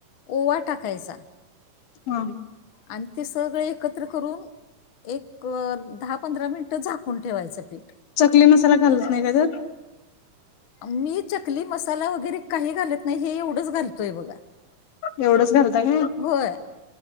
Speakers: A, on the left (about 65°); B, on the left (about 85°).
A: ओवा टाकायचा.
B: हा.
A: आणि ते सगळे एकत्र करून एक दहा पंधरा मिनिटं झाकून ठेवायचं पीठ.
B: चकली मसाला घालत नाही का त्यात?
A: मी चकली मसाला वगैरे काही घालत नाही हे एवढंच घालतोय बघा..
B: एवढंच घालता काय
A: होय